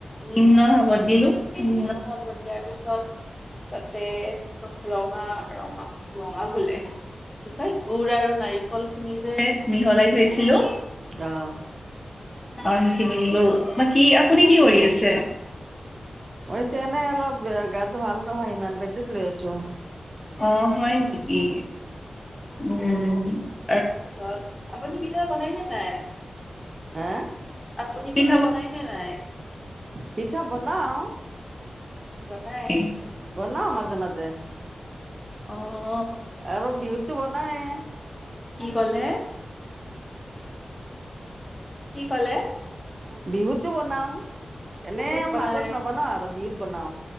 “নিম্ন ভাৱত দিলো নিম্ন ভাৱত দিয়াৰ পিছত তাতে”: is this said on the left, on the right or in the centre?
Left